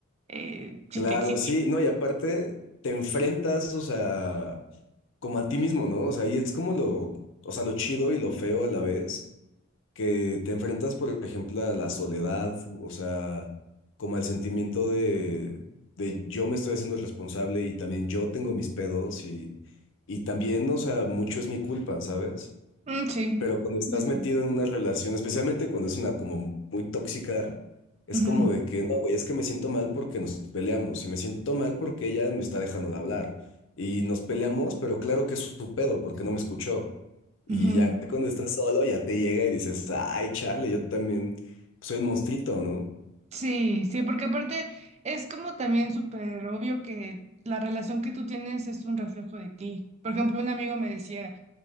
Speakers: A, on the right; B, on the left.
A: eh, sí,
B: Claro,
A: te- sí,
B: sí, no, y aparte te enfrentas, o sea, como a ti mismo, ¿no? O sea, y es como lo, o sea, lo chido y lo feo a la vez que te enfrentas, por ejemplo, a la soledad, o sea, como al sentimiento de, de yo me estoy haciendo responsable y también yo tengo mis pedos y, y también, o sea, mucho es mi culpa, ¿sabes?
A: Mm, sí,
B: Pero cuando estás
A: sí,
B: metido
A: sí.
B: en una relación, especialmente cuando es una como muy tóxica, es
A: Ujú,
B: como de que, no, güey, es que me siento mal porque nos peleamos y me siento mal porque ella me está dejando de hablar y nos peleamos, pero claro que es su pedo porque no me escuchó. Y
A: ujú.
B: ya cuando estás solo, ya te llega y dices, ay, chale, yo también soy un monstruito, ¿no?
A: Sí, sí, porque aparte es como también súper obvio que la relación que tú tienes es un reflejo de ti. Por ejemplo, un amigo me decía,